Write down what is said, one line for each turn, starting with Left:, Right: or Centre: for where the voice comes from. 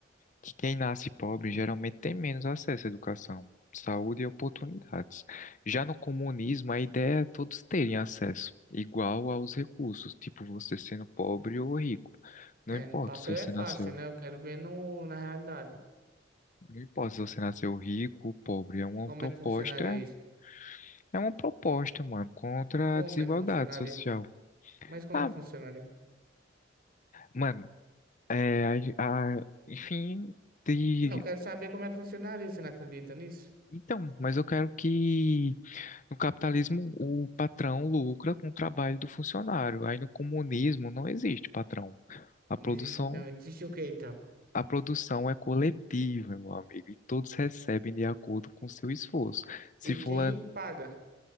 Left: que quem nasce pobre geralmente tem menos acesso à educação, saúde e oportunidades. Já no comunismo, a ideia é todos terem acesso igual aos recursos, tipo você sendo pobre ou rico. Não
Right: É,
Left: importa
Right: no papel
Left: se você
Right: é fácil,
Left: nasceu,
Right: né? Eu quero ver no, na realidade.
Left: não importa se você nasceu rico ou pobre, é uma
Right: Como
Left: proposta,
Right: é que funcionaria isso?
Left: é uma proposta, mano, contra
Right: Como
Left: a desigualdade
Right: é que funcionaria?
Left: social.
Right: Mas como
Left: Ah,
Right: é que funcionaria?
Left: mano, é, a, a- enfim, de,
Right: Não, eu quero saber como é que funcionaria. Você não acredita nisso?
Left: então, mas eu quero que No capitalismo, o patrão lucra com o trabalho do funcionário. Aí no comunismo não existe patrão. A
Right: Não
Left: produção,
Right: existe, não. Existe o quê, então?
Left: a produção é coletiva, meu amigo, e todos recebem de acordo com o seu esforço. Se
Right: E
Left: fulano,
Right: quem paga?